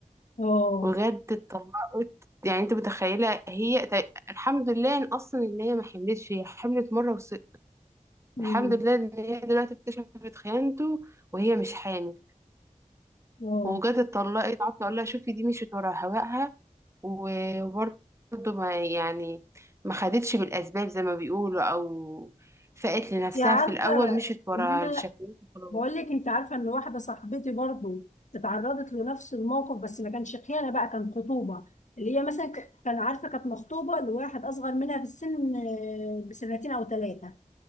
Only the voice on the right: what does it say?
وجد اتطلقت يعني انت متخيله هي ت- الحمد لله ان اصلا ان هي ما حملتش هي حملت مره وس...
الحمد لله ان هي دلوقتي اكتشفت خيانته وهي مش حامل
وجت اتطلقت قعدت اقول لها شوفي دي مشيت ورا هواها وبرضه ما يعني ما خدتش بالأسباب زي ما بيقولوا أو فقت لنفسها
في الأول مشيت ورا
الشكوى وخلاص